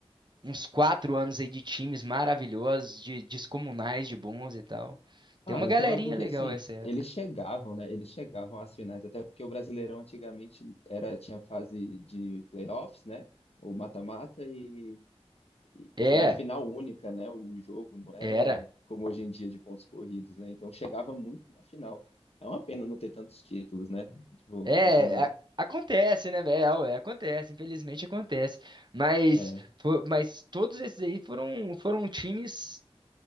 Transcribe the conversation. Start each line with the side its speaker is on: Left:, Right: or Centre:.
Right: uns quatro anos aí de times maravilhosos, de descomunais, de bons e tal. Tem
Left: Ah,
Right: uma
Left: então
Right: galerinha
Left: é porque
Right: legal
Left: assim,
Right: essa época.
Left: eles chegavam, né? Eles chegavam às finais, até porque o Brasileirão antigamente era tinha fase de playoffs, né? Ou mata-mata e E,
Right: É,
Left: e era final única, né? O jogo não era
Right: era.
Left: como hoje em dia de pontos corridos, né? Então chegava muito na final. É uma pena não ter tantos títulos, né? Tipo,
Right: É,
Left: pensando.
Right: a- acontece, né, velho? É, acontece, infelizmente acontece. Mas,
Left: É,
Right: fo- mas todos esses aí foram, foram times